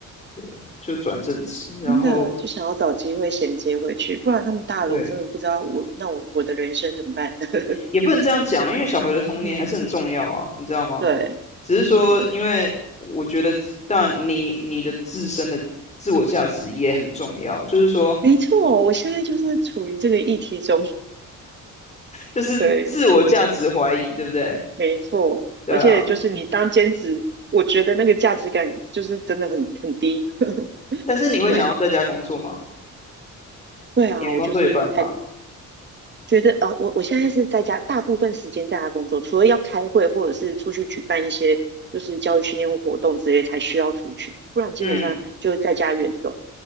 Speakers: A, on the left; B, on the right.
A: 呃就转正职，然后
B: 真的就想要找机会衔接回去，不然他们大了，
A: 对，
B: 我真的不知道我那我我的人生怎么办。<laughs>
A: 也不能这样讲，因为小孩的童年还是很重要啊，
B: 嗯，
A: 你知道吗？
B: 对，
A: 只是说，
B: 嗯。
A: 因为我觉得，但你你的自身的自我价值也很重要，就是说，
B: 没错，我现在就是处于这个议题中，
A: 就是自我价值怀疑，
B: 对，
A: 对不对？
B: 没错，
A: 对啊，
B: 而且就是你当兼职，我觉得那个价值感就是真的很很低，<laughs>
A: 但是你会想要在家工作吗？
B: 对，对啊，
A: 你的工作有办法，
B: 我就是还觉得，呃，我我现在是在家，大部分时间在家工作，除了要开会或者是出去举办一些就是教育训练活动之类才需要出去，不然基本上就是在家远动。
A: 嗯，